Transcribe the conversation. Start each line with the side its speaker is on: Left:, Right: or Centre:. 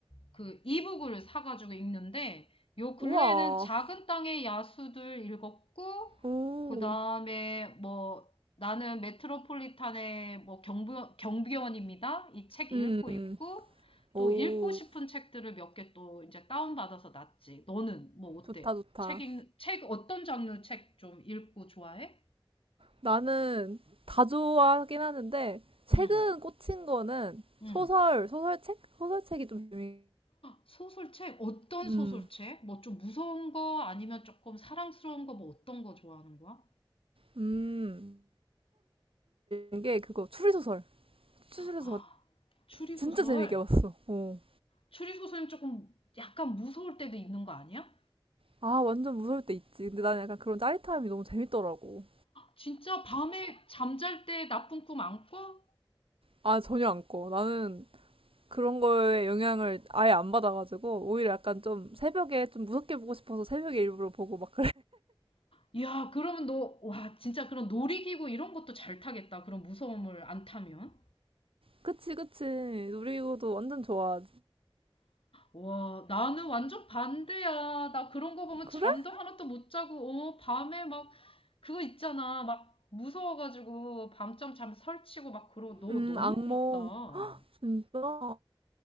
Left: 그 이북을 사가지고 읽는데 요 근래에는
Right: 우와.
Left: 작은 땅의 야수들 읽었고
Right: 오.
Left: 그 다음에 뭐 나는 메트로폴리탄의 뭐 경비, 경비원입니다. 이 책 읽고
Right: 음,
Left: 있고
Right: 오,
Left: 또 읽고 싶은 책들을 몇 개 또 이제 다운받아서 놨지. 너는 뭐 어때?
Right: 좋다, 좋다.
Left: 책 읽, 책 어떤 장르 책 좀 읽고 좋아해?
Right: 나는 다 좋아하긴 하는데, 최근
Left: 음,
Right: 꽂힌 거는
Left: 음.
Right: 소설, 소설책? 소설책이 좀 재미,
Left: 소설책? 어떤
Right: 음,
Left: 소설책? 뭐 좀 무서운 거 아니면 조금 사랑스러운 거 뭐 어떤 거 좋아하는 거야?
Right: 음, 이게 그거, 추리소설. 추리소설
Left: 아, 추리소설?
Right: 진짜 재밌게 봤어. 어.
Left: 추리소설은 조금 약간 무서울 때도 있는 거 아니야?
Right: 아, 완전 무서울 때 있지. 근데 나는 약간 그런 짜릿함이 너무 재밌더라고.
Left: 진짜 밤에 잠잘 때 나쁜 꿈 안 꿔?
Right: 아, 전혀 안 꺼. 나는 그런 거에 영향을 아예 안 받아가지고, 오히려 약간 좀 새벽에 좀 무섭게 보고 싶어서 새벽에 일부러 보고 막
Left: 이 야, 그러면 너, 와, 진짜 그런 놀이기구 이런 것도 잘 타겠다. 그런 무서움을 안 타면.
Right: 그치, 그치. 놀이기구도 완전 좋아하지.
Left: 와, 나는 완전 반대야. 나 그런 거 보면
Right: 그래?
Left: 잠도 하나도 못 자고, 어, 밤에 막, 그거 있잖아. 막, 무서워가지고, 밤잠 잠 설치고 막 그러고, 너
Right: 음,
Left: 너무
Right: 악몽.
Left: 부럽다.
Right: 진짜?